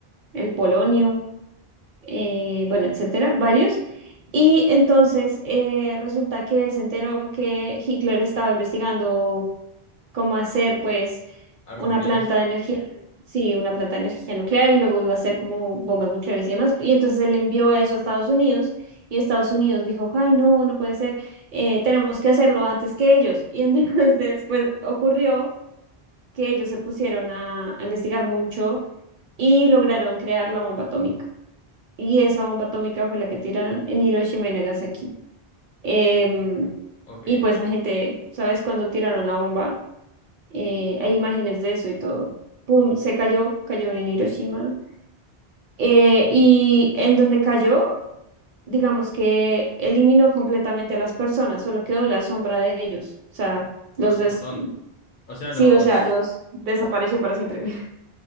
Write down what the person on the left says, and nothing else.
Armas
nucleares.
Ok.
Oh, es
un montón. O sea,
los,